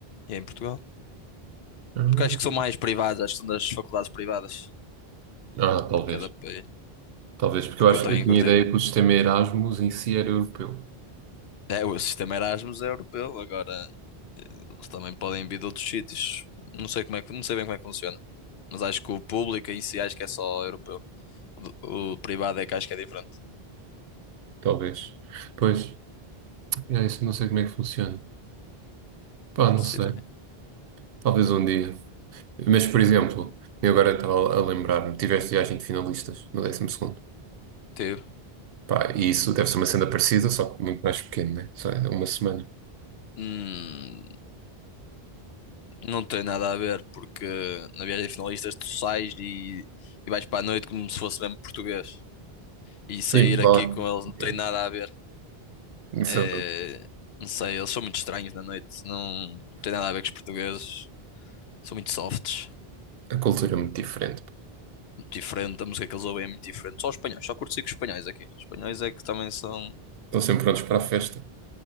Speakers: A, on the left (about 80°); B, on the right (about 70°).
A: e é em Portugal.
B: Ah,
A: Porque acho que são mais privadas, acho que são das faculdades privadas
B: Ah, talvez.
A: de cada país.
B: Talvez, porque
A: Porque
B: eu acho
A: eu tenho
B: eu
A: em
B: tinha
A: curtir.
B: a ideia que o sistema Erasmus em si era europeu.
A: É, o sistema Erasmus é europeu, agora. Eles também podem vir de outros sítios. Não sei como é que, não sei bem como é que funciona. Mas acho que o público em si acho que é só europeu. O, o privado é que acho que é diferente.
B: Talvez. Pois, é isso, não sei como é que funciona. Pá,
A: Faço
B: não sei.
A: ideia.
B: Talvez um dia. Mas, por exemplo, eu agora estava a lembrar-me, tiveste viagem de finalistas no décimo segundo
A: Teve.
B: Pá, e isso deve ser uma cena parecida, só que muito mais pequeno, né? Só é uma semana.
A: Hum, não tem nada a ver porque na viagem de finalistas tu sais e, e vais para a noite como se fosse mesmo português. E sair
B: Sim, lá.
A: aqui com eles não tem
B: É.
A: nada a ver.
B: Isso,
A: É,
B: é-
A: não sei, eles são muito estranhos na noite. Não tem nada a ver com os portugueses. São muito softs.
B: a cultura é muito diferente.
A: Muito diferente, a música que eles ouvem é muito diferente. Só os espanhóis, só curto com espanhóis aqui. Os espanhóis é que também são.
B: Estão sempre prontos para a festa.